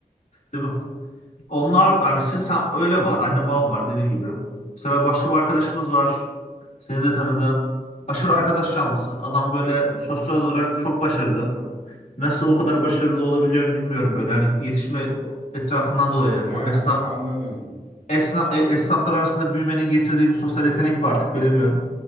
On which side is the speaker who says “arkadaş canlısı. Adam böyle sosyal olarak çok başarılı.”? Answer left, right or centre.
Left